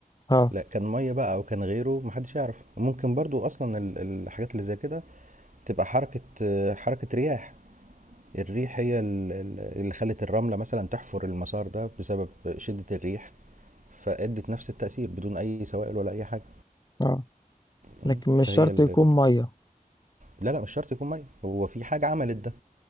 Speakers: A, on the left; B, on the right.
A: اه
B: لا كان ميه بقى او كان غيره محدش يعرف وممكن برضو اصلا ال- الحاجات اللي زي كده تبقى حركه آه، حركه رياح الريح هي ال- ال- اللي خلت الرمله مثلا تحفر المسار ده بسبب شده الريح فادت نفس التاثير بدون اي سوائل ولا اي حاجه
A: اه
B: مم.
A: لكن مش
B: فهي
A: شرط
B: ال...
A: يكون
B: ال-
A: مية
B: لا لا مش شرط يكون ميه هو في حاجة عملت ده